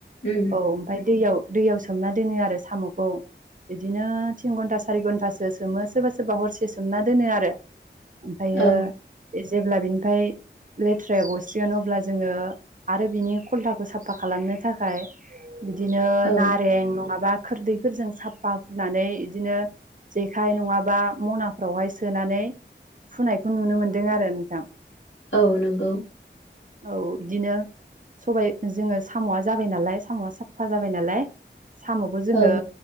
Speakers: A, on the left; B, on the right.
A: उम
B: औ ओमफाय दैयाव दैयाव सोमना दोनो आरो साम'खौ। बिदिनो थिन घन्टा सारि घन्टासो सोमो सोरबा सोरबा हरसे सोमना दोनो आरो ओमफ्रायो
A: औ
B: जेब्ला बेनिफ्राय लेथ्राया गसिगोन अब्ला जोङो आरो बिनि खलथाखौ साफा खालामनो थाखाय बिदिनो
A: औ
B: नारें नङाबा खोरदैफोरजों साफा हुनानै बिदिनो जेखाइ नङाबा मनाफ्रावहाय सोनानै फुनायखौ नुनो मोनदों आरो नोंथां।
A: औ नंगौ
B: औ बिदिनो सबाइ जोङो साम'आ जाबाय नालाय साम'आ साफा जाबाय नालाय साम'खौ जोङो
A: औ